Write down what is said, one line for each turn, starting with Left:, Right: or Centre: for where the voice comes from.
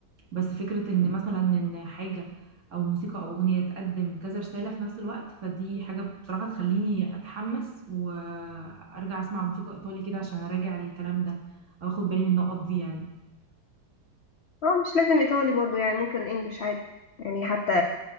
Right: بس فكرة ان مثلا ان حاجة او موسيقى او اغنية تقدم كذا رسالة في نفس الوقت فدي حاجة بصراحة تخليني اتحمس وارجع اسمع موسيقى ايطالي كده عشان اراجع الكلام ده او اخد بالي من النقط دي يعني
Left: اه مش لازم إيطالي برضو يعني ممكن إنجلش عادي يعني حتى